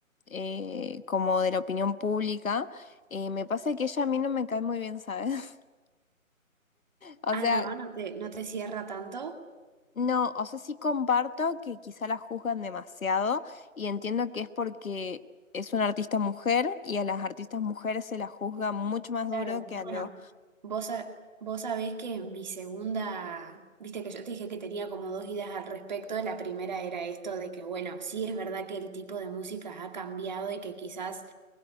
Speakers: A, on the left; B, on the right.
A: eh, como de la opinión pública eh, me pasa que ella a mí no me cae muy bien, ¿sabes? <laughs> O
B: Ah,
A: sea,
B: no, no te, no te cierra tanto.
A: no, o sea, sí comparto que quizá la juzgan demasiado y entiendo que es porque es una artista mujer y a las artistas mujeres se la juzga mucho más
B: Claro.
A: duro que
B: Bueno,
A: a los
B: vos, sa- vos sabés que mi segunda, viste que yo te dije que tenía como dos ideas al respecto. La primera era esto de que, bueno, sí es verdad que el tipo de música ha cambiado y que quizás